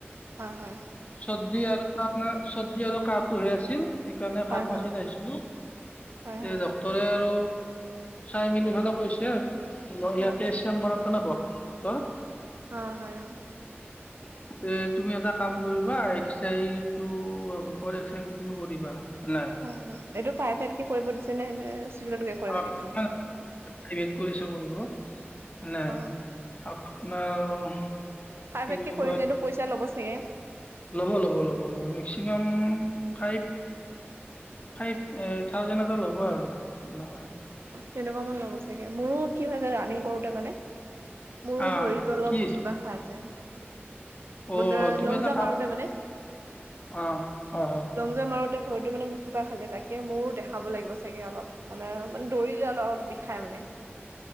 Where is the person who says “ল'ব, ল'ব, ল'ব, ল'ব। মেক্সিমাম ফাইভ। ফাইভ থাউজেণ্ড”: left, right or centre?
Left